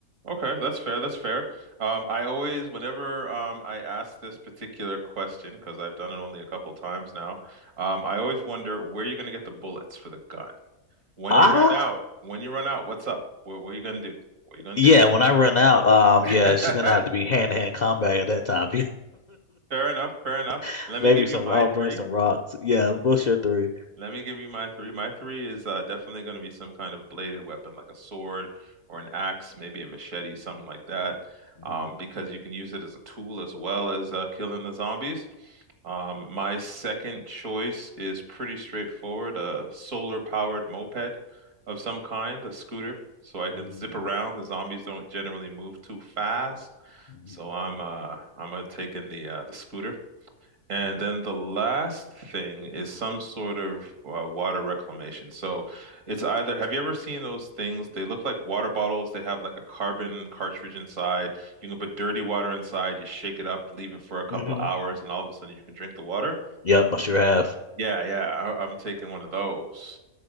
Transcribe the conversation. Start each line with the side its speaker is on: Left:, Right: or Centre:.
Right: Okay, that's fair. That's fair. Um, I always, whenever um, I ask this particular question, because I've done it only a couple times now, um, I always wonder where you're going to get the bullets for the gun. When
Left: Ah,
Right: you run out, when you run out, what's up? What, what are you going to do? What are you going
Left: yeah.
Right: to do?
Left: When I run out, um,
Right: <laughs>
Left: yeah, she's gonna have to be hand to hand combat at that time.
Right: Fair enough. Fair enough.
Left: <laughs>
Right: Let
Left: Maybe
Right: me give
Left: some.
Right: you my
Left: I'll bring
Right: three.
Left: some rocks. Yeah, what's your three?
Right: Let me give you my three. My three is uh, definitely going to be some kind of bladed weapon, like a sword or an axe, maybe a machete, something like that,
Left: Mhm,
Right: um, because you can use it as a tool as well as uh, killing the zombies. Um, my second choice is pretty straightforward, a solar powered moped of some kind, a scooter, so I can
Left: mhm,
Right: zip around. The zombies don't generally move too fast.
Left: mhm,
Right: So I'm uh I'm uh, taking the uh the scooter. And
Left: mhm,
Right: then the last thing is some sort of uh, water reclamation. So it's either, have you ever seen those things? They look like water bottles. They have like a carbon cartridge inside. You can put dirty water inside, you shake it up, leave it for a couple
Left: mhm.
Right: of hours, and all of a sudden you can drink the water.
Left: Yep, I sure have.
Right: Yeah, yeah, I, I'm taking one of those.